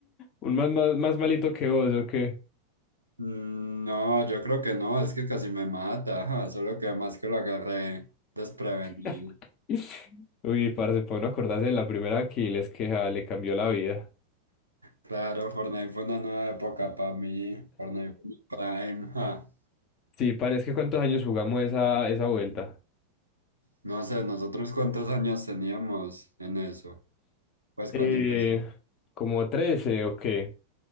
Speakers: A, on the left (about 35°); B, on the right (about 80°).
A: Un más, más, más malito que vos, ¿o qué?
B: Mm, No, yo creo que no, es que casi me mata, ajá, solo que más que lo agarré desprevenido.
A: <laughs> Uy, parce, para uno acordarse de la primera Aquiles que ja, le cambió la vida.
B: Claro, Fortnite fue una nueva época para mí, Fortnite fue mi prime, ajá.
A: Sí, pan, es que ¿cuántos años jugamos esa, esa vuelta?
B: No sé, nosotros cuántos años teníamos en eso, pues
A: Eh,
B: cuando empezó.
A: como 13 o qué.